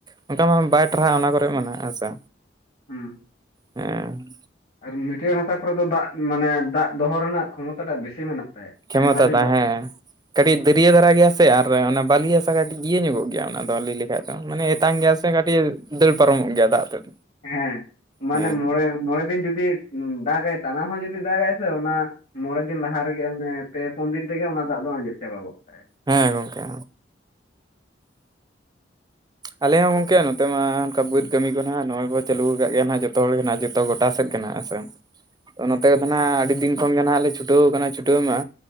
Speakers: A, on the right (about 20°); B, on the left (about 50°).
A: ᱚᱱᱠᱟ ᱢᱟ ᱵᱟᱭ ᱴᱨᱟᱦᱟᱜᱼᱟ ᱚᱱᱟ ᱠᱚᱨᱮ ᱢᱟ ᱦᱟᱥᱟ᱾
B: ᱦᱩᱸᱢ
A: ᱮᱸ
B: ᱟᱨ ᱢᱟᱹᱴᱭᱟᱹᱲ ᱦᱟᱥᱟ ᱠᱚᱨᱮ ᱫᱚ ᱫᱟᱜ ᱢᱟᱱᱮ ᱫᱟᱜ ᱫᱚᱦᱚ ᱨᱮᱱᱟᱜ ᱠᱷᱚᱢᱚᱛᱟ ᱴᱟᱜ ᱵᱮᱥᱤ ᱢᱮᱱᱟᱜ ᱛᱟᱭᱟ᱾
A: ᱠᱷᱮᱢᱚᱛᱟᱛᱟ
B: ᱟᱭᱢᱟ ᱫᱤᱱ ᱫᱟᱜ
A: ᱦᱮᱸ ᱠᱟᱹᱴᱤᱡ ᱫᱟᱹᱨᱭᱟᱹ ᱫᱷᱟᱨᱟ ᱜᱮᱭᱟ ᱥᱮ ᱟᱨ ᱚᱱᱟ ᱵᱟᱹᱞᱤ ᱦᱟᱥᱟ ᱠᱟᱹᱴᱤᱡ ᱤᱭᱟᱹ ᱧᱚᱜᱚᱜ ᱜᱮᱭᱟ ᱚᱱᱟ ᱫᱚ ᱟᱹᱞᱤᱧ ᱞᱮ <inaudible> ᱢᱟᱱᱮ ᱮᱛᱟᱝ ᱜᱮᱭᱟ ᱥᱮ ᱠᱟᱹᱴᱤᱡ ᱫᱟᱹᱲ ᱯᱟᱨᱚᱢᱚᱜ ᱜᱮᱭᱟ ᱫᱟᱜ ᱛᱮᱫ
B: ᱦᱮᱸ ᱢᱟᱱᱮ
A: ᱦᱮᱸ,
B: ᱢᱚᱬᱮ ᱢᱚᱬᱮ ᱫᱤᱱ ᱡᱩᱫᱤ ᱫᱟᱜᱟᱭ ᱴᱟᱱᱟ ᱦᱚᱸ ᱡᱩᱫᱤ ᱫᱟᱜᱟᱭ ᱥᱮ ᱚᱱᱟ ᱢᱚᱬᱮ ᱫᱤᱱ ᱞᱟᱦᱟ ᱨᱮᱜᱮ ᱚᱱᱮ ᱯᱮ ᱯᱩᱱ ᱫᱤᱱ ᱛᱮᱜᱮ ᱚᱱᱟ ᱫᱟᱜ ᱫᱚ ᱟᱸᱡᱮᱫ ᱪᱟᱵᱟ ᱜᱚᱜ ᱠᱟᱜ ᱟᱭ᱾
A: ᱦᱮᱸ ᱜᱚᱝᱠᱮ, ᱟᱞᱮ ᱦᱚᱸ ᱜᱚᱝᱠᱮ ᱱᱚᱛᱮ ᱢᱟ ᱚᱱᱠᱟ ᱵᱟᱹᱫᱽ ᱠᱟᱹᱢᱤ ᱠᱚ ᱱᱟᱜ ᱱᱚᱜᱼᱚᱭ ᱠᱚ ᱪᱟᱹᱞᱩ ᱠᱟᱜ ᱜᱮᱭᱟ ᱱᱟᱜ ᱡᱚᱛᱚ ᱦᱚᱲ ᱜᱮ ᱱᱟᱦᱟᱜ ᱡᱚᱛ ᱛᱚ ᱜᱚᱴᱟ ᱥᱮᱫ ᱠᱟᱱᱟ ᱦᱮ ᱥᱮ᱾ ᱛᱚ ᱱᱚᱛᱮᱫᱚ ᱦᱟᱸᱜ ᱟᱹᱰᱤ ᱫᱤᱱ ᱠᱷᱚᱱᱜᱮ ᱱᱟᱦᱟᱸᱜ ᱞᱮ ᱪᱷᱩᱴᱟᱹᱣ ᱠᱟᱱᱟ ᱪᱷᱩᱴᱟᱹᱣ ᱢᱟ